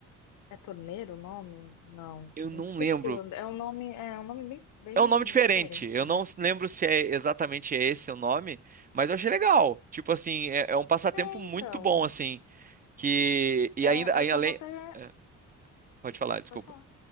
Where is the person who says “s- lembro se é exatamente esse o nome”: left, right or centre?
Right